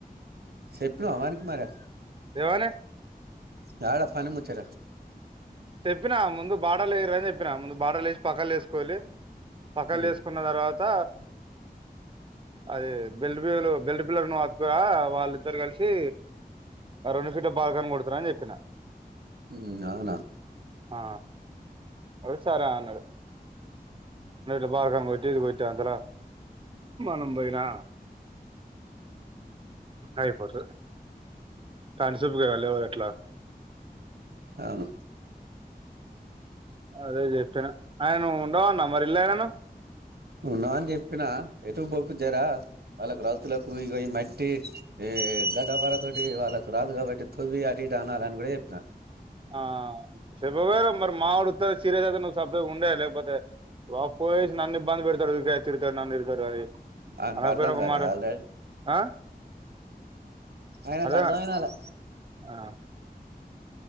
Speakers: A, on the right; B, on the right.
A: చెప్పినవ వానికి మరి
B: లేవనే
A: యాడ పని ముచ్చట
B: చెప్పినా ముందు బార్డర్లు వేయళ్లి అని చెప్పినా ముందు బార్డర్లు వేసి పక్కలు వేసుకోళ్లి పక్కలు
A: ఉమ్,
B: వేసుకున్న తర్వాత క ఆది బెల్ బ బెల్ పిల్ర్ ను ఇగ వాళ్ళిద్దరు కలిసి రెండు ఫీట్ల బాల్కాని కొడతారు అని చెప్పిన
A: మ్మ్ అవునా
B: ఆ ఒ సరే అన్నాడు అ బాగ కొట్టి ఇది కొట్టే అంతలో మనం పోయినా అయిపోతది కానీ చూపు లేవదు అట్లా
A: అవును
B: అదే చెప్పిన ఆయన్ను ఉండమన్నవ మరి ఇల్లు ఆయనను
A: ఉండమని చెప్పినా ఎటు బొకు జరా వాళ్ళ రాతులకు ఇ ఈ మట్టి ఏ గడ్పర తోటి వాళ్ళకు రాదు కాబట్టి తువి అటుటు అనాలని కూడా చెప్పిన
B: ఆ చెబ వేరు మరి మా ఆడుతు సీరియస్ అద నువు సబ్ ఉండే లేకపోతే వా పోేయేసి నన్ను ఇబ్బంది పెడతాడు ఊకె తిరుతాడు నన్ను ఇడతాడు అని
A: ఆయనకు
B: అలాపోరు
A: అర్థం
B: ఒక
A: కాలేదు
B: మాట
A: ఆల్రెడీ
B: ఆ
A: అయినాకు
B: అర్థం
A: అర్ధం
B: కాలే
A: అయిన అలా
B: ఆ